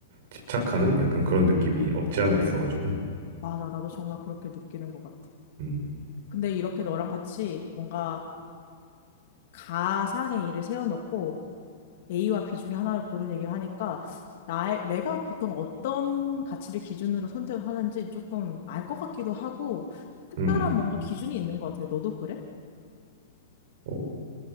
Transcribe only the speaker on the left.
맞아. 나도 정말 그렇게 느끼는 것 같아.
근데 이렇게 너랑 같이 뭔가 가상의 일을 세워놓고 A와 B 중에 하나를 고른 얘기를 하니까 나의, 내가 보통 어떤 가치를 기준으로 선택을 하는지 조금 알 것 같기도 하고 특별한
뭔가 기준이 있는 것 같아. 너도 그래?